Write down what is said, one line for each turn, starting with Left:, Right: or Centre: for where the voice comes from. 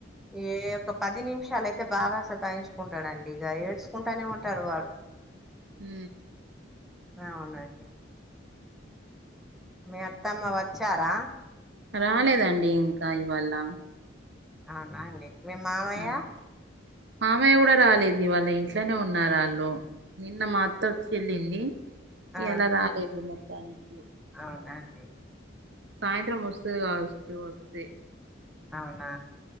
Centre: ఏ ఒక పది నిమిషాలు అయితే బాగా సదాయించుకుంటాడండి ఇగ ఏడ్చుకుంటూనే ఉంటాడు వాడు
Right: ఊ
Centre: అవునండి మీ అత్తమ్మ వచ్చారా
Right: రాలేదండి ఇంకా ఇవాళ్ళ
Centre: అవునా అండి మీ మావయ్య
Right: హ్మ్. మామయ్య కూడా రాలేదివాళ్ళ ఇంట్లోనే ఉన్నారాళ్ళు నిన్న మా అత్త వచ్చి ఏల్లింది
Centre: ఆ
Right: ఇయాల రాలేదు మొత్తానికి
Centre: అవునా అండి
Right: సాయంత్రం వస్తుదిగావచ్చు వస్తే
Centre: అవునా